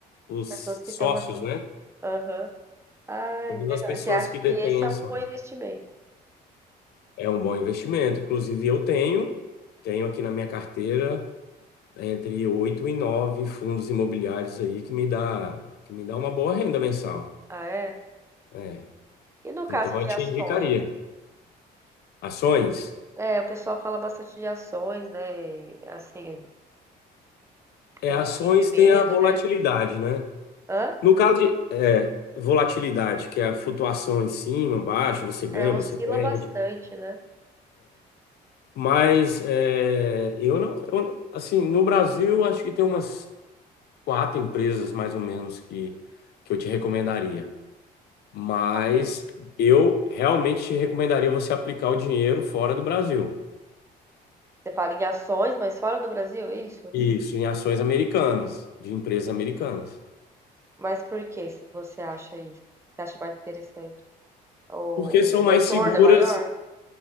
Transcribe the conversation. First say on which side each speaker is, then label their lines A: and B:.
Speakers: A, on the left; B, on the right.
A: os
B: As pessoas que
A: sócios,
B: estão ali.
A: né?
B: Aham. ah,
A: Todas
B: legal.
A: as pessoas
B: E você acha
A: que detêm
B: que esse é
A: ações.
B: um bom investimento?
A: É um bom investimento. Inclusive, eu tenho, tenho aqui na minha carteira entre oito e nove fundos imobiliários aí que me dá, que me dá uma boa renda mensal.
B: Ah, é?
A: É.
B: E no caso
A: Então,
B: de
A: eu te
B: ações?
A: indicaria. Ações?
B: É, o pessoal fala bastante de ações, né? Assim,
A: É,
B: tem
A: ações
B: um pouquinho de medo,
A: tem a volatilidade,
B: né?
A: né?
B: Hã?
A: No caso de é, volatilidade, que é a flutuação em cima, baixo, você ganha,
B: É, oscila
A: você perde.
B: bastante, né?
A: Mas é, eu não, eu não- assim, no Brasil, acho que tem umas quatro empresas mais ou menos que, que eu te recomendaria. Mas
B: Qual?
A: eu realmente te recomendaria você aplicar o dinheiro fora do Brasil.
B: Você fala em ações, mas fora do Brasil, é isso?
A: Isso, em ações americanas, de empresas americanas.
B: Mas por que você acha isso? Você acha mais interessante? O
A: Porque são
B: retorno
A: mais seguras,
B: é maior?